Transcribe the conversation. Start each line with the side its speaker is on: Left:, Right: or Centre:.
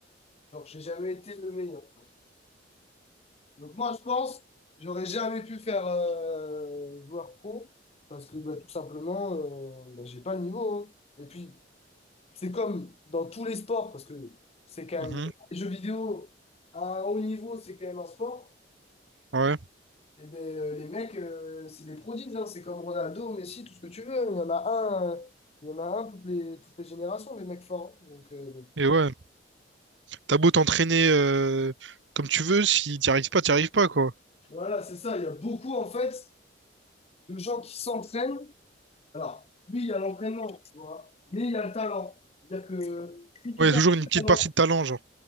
Left: genre, j'ai jamais été le meilleur. Donc moi, je pense, j'aurais jamais pu faire euh, joueur pro parce que bah, tout simplement, euh, bah, j'ai pas le niveau. hein. Et puis, c'est comme dans tous les sports parce que c'est quand
Right: mhm.
Left: même enfin, les jeux vidéo à un haut niveau, c'est quand même un sport.
Right: Ouais,
Left: Et ben euh, les mecs, euh, c'est des prodiges. hein. C'est comme Ronaldo, Messi, tout ce que tu veux. hein. Il y en a un, euh, il y en a un toutes les, toutes les générations, des mecs forts. hein. Donc euh, bon.
Right: et ouais, t'as beau t'entraîner euh, comme tu veux, si t'y arrives pas, t'y arrives pas, quoi.
Left: voilà, c'est ça. Il y a beaucoup en fait de gens qui s'entraînent Alors, oui, il y a l'entraînement, tu vois, mais il y a le talent. C'est-à-dire que si tu
Right: Ouais, y
Left: t'entraînes
Right: a toujours une petite
Left: pendant,
Right: partie de talent, genre.